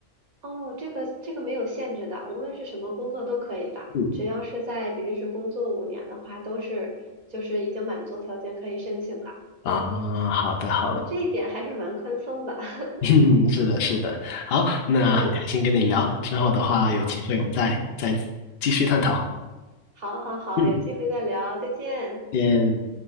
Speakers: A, on the right; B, on the left.
A: 哦，这个这个没有限制的，无论是什么工作都可以的，
B: 嗯。
A: 只要是在比利时工作五年的话，都是就是已经满足条件可以申请了。
B: 啊，
A: 嗯
B: 好的，好的，
A: 嗯，这一点还是蛮宽松的。<laughs>
B: <laughs> 嗯是的，是的，好，那很开心跟你聊，
A: 嗯，
B: 之后的话有机会我们再再继续探讨。
A: 好，好，好，好，
B: 嗯，
A: 有机会再聊，再见。
B: 见。